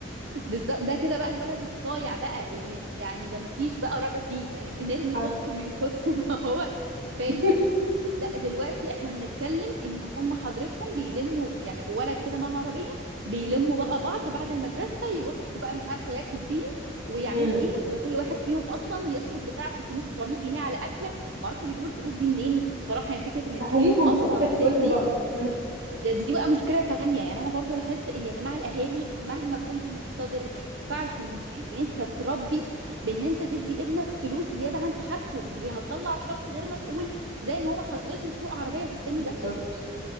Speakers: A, on the right; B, on the right.
A: بالظبط ده كده بقى الولد الصايع بقى اللي يعني ده مفيش بقى رجا فيه يعني بنرمي
B: حصل
A: طوبته من كتر ما <laughs> هو فاشل
B: <laughs>
A: لا دلوقتي احنا بنتكلم ان هم حضرتهم بيلموا يعني ولد كده مع عربيه بيلموا بقى بعض بعد المدرسه يروحوا بقى مش عارفه ياكلوا فين ويعملوا
B: امم
A: ايه وكل واحد فيهم اصلا يصرف بتاع 600 700 جنيه على اكله معرفش بيجيبوا الفلوس دي منين بصراحه يعني فكره ان الاهالي
B: اهاليهم
A: اصلا
B: صباح الفل
A: تدي
B: بقى امم
A: ده دي بقى مشكلة تانية يعني أنا برضو لاحظت إن يا جماعة الأهالي مهما كنت مقتدر ما ينفعش إن, إن أنت تربي بإن أنت تدي ابنك فلوس زيادة عن حاجته ما هي هتطلع شخص غير مسؤول زي إن هو حضرته يسوق عربية في السن
B: بالظبط
A: ده